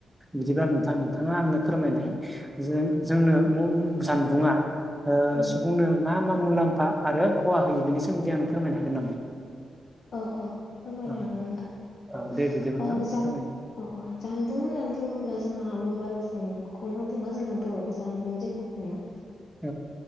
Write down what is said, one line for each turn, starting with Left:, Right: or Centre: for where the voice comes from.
Centre: बिदिब्ला नोंथां नोंथाङा आंनो फोरमायनाय जों जोंनो जानबुङा
Left: उम
Centre: सुबुंनो मा मा मुलाम्फा आरो खहा होयो बेनि सोमोन्दै आंनो फोरमायनो हागोन नामा
Left: औ औ फोरमायनो
Centre: औ
Left: हागोन नोंथां
Centre: औ दे बिदि नोंथां
Left: औ जां
Centre: फोरमायनो
Left: अ अ जानबुं होननानै बुङोब्ला जोंना मबाइल फनखौनो बुङो जोंना बर' जानबुं जेखौ बुङो
Centre: <inaudible>